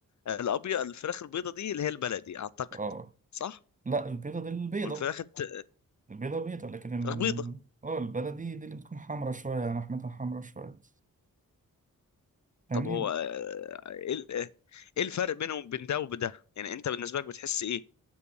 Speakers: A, on the left (about 55°); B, on the right (about 20°).
A: الابيض الفراخ البيضه دي اللي هي البلدي اعتقد
B: اه
A: صح
B: لا البيضه دي البيضه
A: والفراخ الت...
B: البيضه بيضه لكن ال...
A: فراخ بيضه
B: اه البلدي دي اللي بتكون حمرا شويه يعني لحمتها حمرا شويه فاهمني
A: طب هو آه، ايه ال- ايه الفرق بينهم وبين ده وبده يعني انت بالنسبه لك بتحس ايه